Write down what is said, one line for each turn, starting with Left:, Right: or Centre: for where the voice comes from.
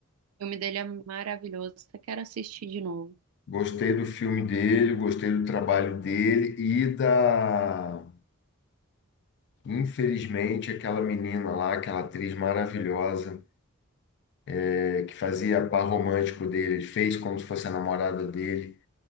Right: O filme dele é maravilhoso, até quero assistir de novo.
Left: Gostei do filme dele, gostei do trabalho dele e da. Infelizmente, aquela menina lá, aquela atriz maravilhosa, é, que fazia par romântico dele, ele fez como se fosse a namorada dele.